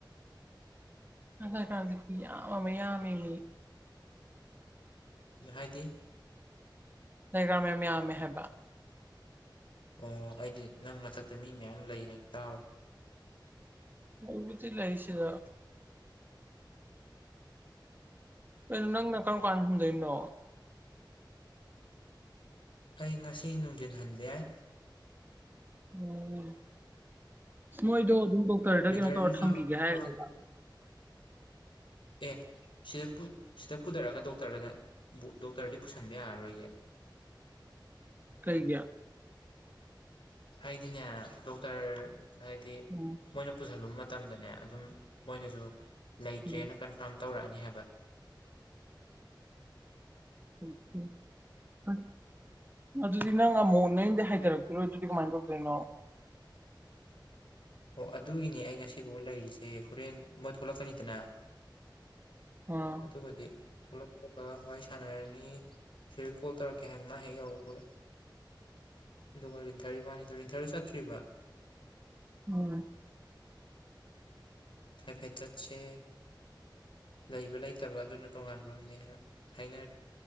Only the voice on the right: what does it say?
ꯑ ꯀ ꯑꯗꯨꯃꯌꯥꯃꯦ ꯂꯩꯦ
ꯅꯒ꯭ꯔꯥ ꯃ ꯃ꯭ꯌꯥꯝ ꯃꯍꯕꯥ
ꯃꯕꯨꯗꯤ ꯂꯩꯁꯤꯗ ꯟꯅꯪꯅ ꯀꯔ ꯀꯥꯟꯗꯅꯣ
ꯎꯝ ꯃꯣꯏꯗꯣ ꯑꯗꯨꯝ ꯗꯣꯛꯇꯔꯗ
ꯀꯩꯅꯣ ꯇꯧꯔ ꯊꯝꯈꯤꯒꯦ ꯍꯥꯏꯒꯕ
ꯊꯩꯒꯌꯥ
ꯎꯝ
ꯎꯝ
ꯎꯝꯝ ꯍ ꯑꯗꯨꯗꯤ ꯅꯪ ꯑꯃꯨꯛ ꯅꯪꯗꯤ ꯍꯥꯏꯊꯔꯛꯇꯔꯣ ꯑꯗꯨꯗꯤ ꯀꯃꯥꯏꯅ ꯇꯧꯗꯔꯤꯅꯣ
ꯑꯥ
ꯎꯝ